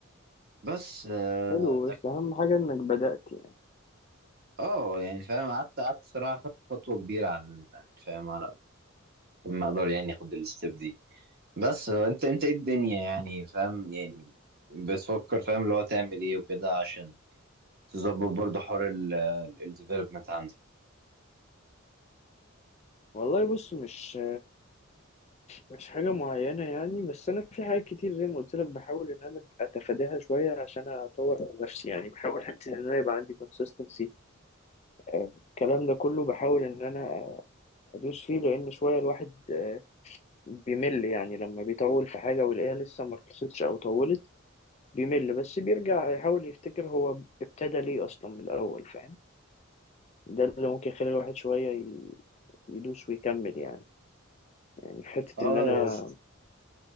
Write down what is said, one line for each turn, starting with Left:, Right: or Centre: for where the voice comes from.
Right: بس آه
Left: حلو
Right: لكن
Left: بس اهم حاجه انك بدأت يعني
Right: اه يعني فاهم قعدت قعدت صراحه خدت خطوه كبيره على ال- يعني فاهم على ما اقدر يعني اخد الستيب دي بس آه، انت انت ايه الدنيا يعني فاهم يعني بتفكر فاهم اللي هو تعمل ايه وكده عشان تظبط برضه حوار الديفلوبمنت عندك
Left: والله بص مش مش حاجة معينة يعني بس أنا في حاجات كتير زي ما قلت لك بحاول إن أنا أتفاداها شوية عشان أطور من نفسي يعني بحاول حتى إن أنا يبقى عندي consistency آه، الكلام ده كله بحاول إن أنا أدوس فيه لأن شوية الواحد آه، بيمل يعني لما بيطول في حاجة ويلاقيها لسه ما خلصتش أو طولت بيمل بس بيرجع يحاول يفتكر هو ابتدى ليه أصلا من الأول فاهم ده اللي ممكن يخلي الواحد شوية ي- يدوس ويكمل يعني يعني في حتة
Right: اه
Left: إن أنا
Right: يا اسطى